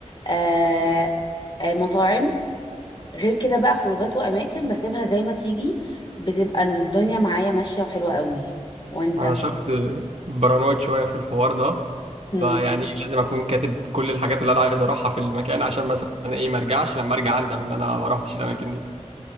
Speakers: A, on the left; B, on the right.
A: آه آه، مطاعم غير كده بقى خروجات وأماكن بسيبها زي ما تيجي بتبقى الدنيا معايا ماشية وحلوة قوي وأنت
B: انا شخص بارانويد شويه في الحوار ده
A: مم.
B: فيعني لازم اكون كاتب كل الحاجات اللي انا عايز اروحها في المكان عشان مثلا ايه ما ارجعش لما ارجع اندم ان انا ما روحتش الاماكن دي